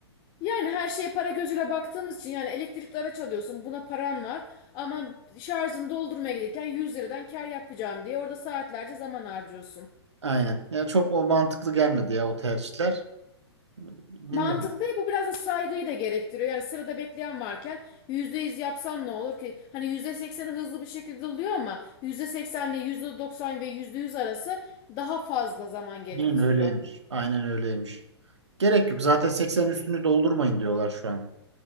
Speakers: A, on the left (about 30°); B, on the right (about 80°).
A: Yani her şeye para gözüyle baktığımız için yani elektrikli araç alıyorsun buna paran var ama şarjını doldurmaya gelirken 100 liradan kar yapacağım diye orada saatlerce zaman harcıyorsun.
B: Aynen. Ya çok o mantıklı gelmedi ya o tercihler. Bilmiyorum.
A: Mantıklı değil bu biraz da saygıyı da gerektiriyor. Yani sırada bekleyen varken %100 yapsan ne olur ki? Hani %80'i hızlı bir şekilde oluyor ama %80 ile %90 ve %100 arası daha fazla zaman gerektiriyor.
B: Aynen öyleymiş. Aynen öyleymiş. Gerek yok. Zaten 80 üstünü doldurmayın diyorlar şu an.